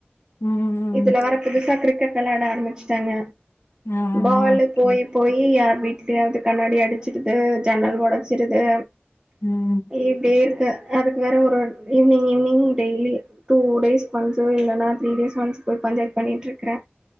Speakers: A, on the left; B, on the right.
A: ம்
B: இதுல வேற புதுசா கிரிக்கெட் வெளாட ஆரம்பிச்சிட்டாங்க
A: ஆ
B: பாலு
A: ஓகே
B: போய் போய் யார் வீட்லயாவது கண்ணாடி அடிச்சிருது ஜன்னல் ஒடச்சிருது
A: ம்
B: இப்டே இருக்கு அதுக்கு வேற ஒரு evening evening daily two days once இல்லனா த்ரீ டேஸ் ஒன்ஸ் போய் பஞ்சாய்த் பண்ணிட்ருக்க